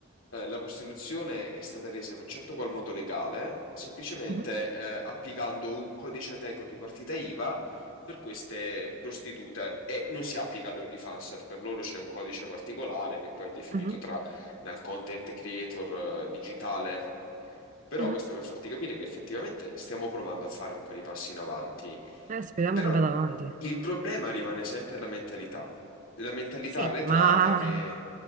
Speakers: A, on the left; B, on the right.
A: eh, la prostituzione è stata resa in un certo qual modo legale, semplicemente
B: mhm,
A: eh, applicando un codice Ateco di partita IVA per queste prostitute e non si applica all'OnlyFans, per loro c'è un codice particolare che poi è definito
B: mhm,
A: tra, dal content creator eh, digitale. Però
B: mhm.
A: questo per farti capire che effettivamente stiamo provando a fare un po' di passi in avanti.
B: Eh, speriamo
A: Però
B: che vada avanti.
A: il problema rimane sempre la mentalità, la mentalità
B: Sì,
A: arretrata
B: ma...
A: che,